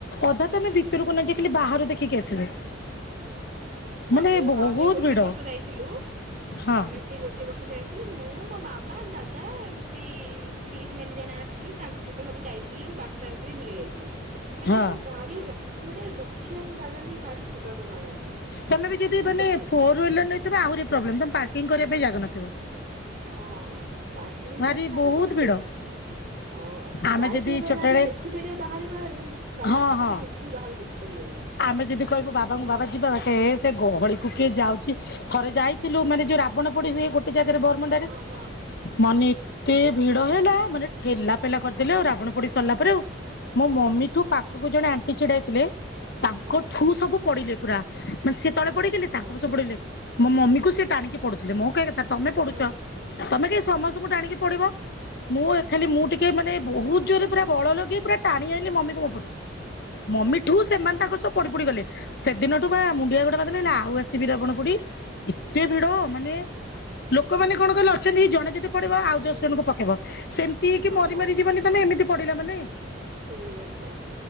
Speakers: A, on the left; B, on the right.
A: ଅଧା ତ ଆମେ ଭିତରକୁ ନ ଯାଇକି ବାହାର ଦେଖିକି ଆସିଲୁ। ମାନେ
B: ମୁଁ
A: ବହୁତ
B: ଆମେ ଗୋଟେ
A: ଭିଡ
B: ବର୍ଷ ଯାଇଥିଲୁ
A: ହଁ
B: ଆମେ ସେଇ ଗୋଟେ ବର୍ଷ ଯାଇଥିଲି ମୁଁ ମୋ ମାମା, ଦାଦା ଏମିତି ପିସ୍ ନାନି ଜଣେ ଆସିଥିଲେ ତାଙ୍କ ସହିତ ସବୁ ଯାଇଥିଲୁ ଏଇ ବାରଟା ରାତିରେ ବୁଲିବାକୁ ଯାଇଥିଲୁ ମାନେ
A: ହଁ
B: ସେ ଗାଡିଟା ମାନେ ରଖିବାକୁ ଜାଗା ନାହିଁ ଗାଡ଼ି ଯିବାକୁ ଜାଗା ନାହିଁ।
A: ତମେ ବି ଯଦି
B: ମୁଁ
A: ମାନେ
B: ଛୋଟ ଭାଇ
A: ଫୋର ୱିଲର ନେଇଥିବ ଆହୁରି ପ୍ରୋବ୍ଲେମ ତମେ ପାର୍କିଂ କରିବା ପାଇଁ ଜାଗା ନଥିବ।
B: ହଁ ପାର୍କିଂ
A: ଭାରି
B: ତ ଛାଡ
A: ବହୁତ
B: ସେଟା
A: ଭିଡ
B: ଦେ ହଁ
A: ଆମେ
B: ବାଇକ୍
A: ଯଦି
B: ହେଇଥିଲେ
A: ଛୋଟବେଳେ
B: ଯାହା ଟିକେ ଦେଖିପାରିବା ବାହାରୁ ବାହାରୁ କାରରେ
A: ହଁ ହଁ
B: ଗଲେ ବିଲକୁଲ୍ ବାହାରୁ ଦେଖିପାରିବନି।
A: ଆମେ ଯଦି କହିବୁ ବାବାଙ୍କୁ ବାବା ଯିବା ହେ ସେ ଗହଳି କୁ କିଏ ଯାଉଛି? ଥରେ ଯାଇଥିଲୁ ମାନେ ଯୋଉ ରାବଣ ପୋଡି ହୁଏ ଗୋଟେ ଜାଗାରେ ବରମୁଣ୍ଡାରେ
B: ହଁ ହଁ ହଁ ହଁ
A: ମାନେ ଏତେ ଭିଡ ହେଲା ମାନେ ଠେଲା ଫେଲା କରିଦେଲେ ଆଉ ରାବଣ ପୋଡି ସରିଲା ପରେ ଆଉ। ମୋ
B: ହଁ
A: ମମିଠୁ ପାଖକୁ ଜଣେ ଆଣ୍ଟି ଛିଡାହେଇଥିଲେ ତାଙ୍କ
B: ହଁ
A: ଠୁ ସବୁ ପଡିଲେ ପୁରା ମାନେ ସିଏ ତଳେ ପଡିଗଲେ
B: ବାପରେ
A: ତାଙ୍କୁବି ସେ ପଢିଲ ମୋ ମମିକୁ ସେ ଟାଣିକି ପଡୁଥିଲେ ମୋ କହିବା କଥା ତମେ ପଡୁଛ
B: ହଁ
A: ତମେ କାଇଁ ସମସ୍ତଙ୍କୁ ଟାଣିକି ପଡିବ। ମୁଁ ଏ ଖାଲି ମୁଁ ଟିକେ ମାନେ ବହୁତ ଜୋରେ ପୁରା ବଳ ଲଗେଇ ପୁରା ଟାଣି ଆଇଲିି ମମିକୁ ମୋ ପଟକୁ। ମମି ଠୁ ସେମାନେ ତାଙ୍କ ସବୁ ପଡି ପୁଡିଗଲେ। ସେଦିନଠୁ ବା ମୁଣ୍ଡିଆ ଗୋଟେ ମାରିଦେଲି ଆଉ ଆସିବି ରାବଣ ପୁଡି ଏତେ ଭିଡ ମାନେ ଲୋକମାନେ କଣ କହିଲ ଅଛନ୍ତି ଜଣେ ଯ ଦି ପଡିବ ଆଉ
B: ହୁଁ,
A: ଦଶ ଜଣଙ୍କୁ ପକେଇବ ସେମିତି ହେଇକି
B: ହଁ
A: ମରି ମାରି ଯିବନି ତମେ ଏମିତି ପଡିଲା ମାନେ।
B: ସେଇ କଥା